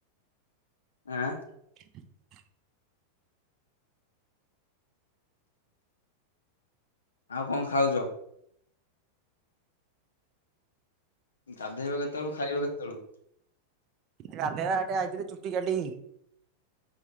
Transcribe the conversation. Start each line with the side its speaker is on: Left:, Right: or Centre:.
Left: ଆଁ।
Right: <inaudible>
Left: ଆଉ କଣ ଖାଉଛ? ଗାଧେଇବ କେତେବେଳୁ ଖାଇବ କେତେବେଳୁ?
Right: ଗାଧେଇବା ଆ ଟିକେ ଆଇଥିଲି ଚୁଟି କାଟିି।